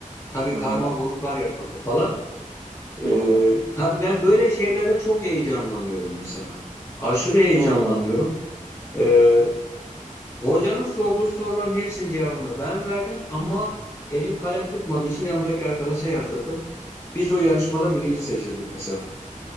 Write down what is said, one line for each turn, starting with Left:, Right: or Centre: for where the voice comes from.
Left: Tabii
Right: Hı
Left: karma
Right: hı.
Left: gruplar yapıldı falan.
Right: Hı
Left: Ee,
Right: hı.
Left: tabii ben böyle şeylerde çok heyecanlanıyorum mesela. Aşırı heyecanlanıyorum.
Right: Hı.
Left: Ee, Hocanın sorduğu soruların hepsinin cevabını ben verdim ama elim kalem tutmadığı için yanımdaki arkadaşa yazdırdım. Biz o yarışmada birinci seçildik mesela.